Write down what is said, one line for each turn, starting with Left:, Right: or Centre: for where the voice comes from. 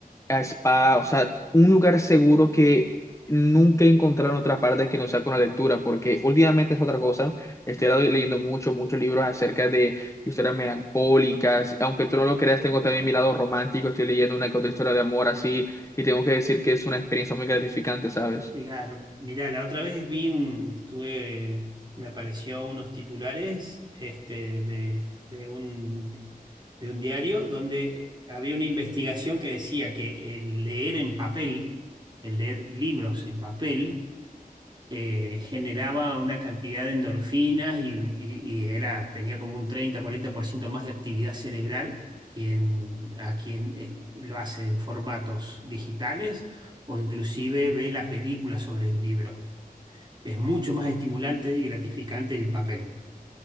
Left: ah, spa, o sea, un lugar seguro que nunca he encontrado en otra parte que no sea con la lectura, porque últimamente es otra cosa, estoy leyendo mucho, muchos libros acerca de historias melancólicas, aunque tú no lo creas, tengo también mi lado romántico, estoy leyendo una que otra historia de amor así, y tengo que decir que es una experiencia muy gratificante, ¿sabes?
Right: Claro. Mirá, la otra vez vi un, estuve, me apareció unos titulares, este, de, de un, de un diario donde había una investigación que decía que el leer en papel, el leer libros en papel, eh, generaba una cantidad de endorfinas y, y- y era, tenía como un treinta cuarenta por ciento más de actividad cerebral quien, a quien eh, lo hace en formatos digitales o inclusive ve la película sobre el libro. Es mucho más estimulante y gratificante el papel.